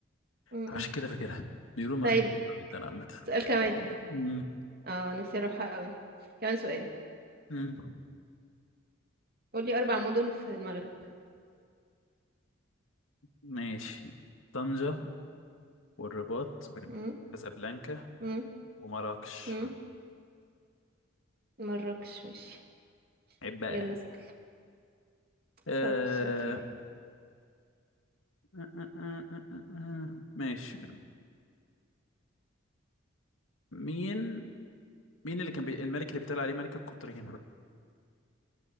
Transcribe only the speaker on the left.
عشان كده فاكرها بيقولوا مغربي
حلو جدا عامة
مم.
مم.
ماشي طنجة والرباط
كازابلانكا
ومراكش
عيب بقى
آه...
آه، آه، آه، آه، آه. ماشي مين مين اللي كان بي... الملك اللي بيتقال عليه ملك القطرين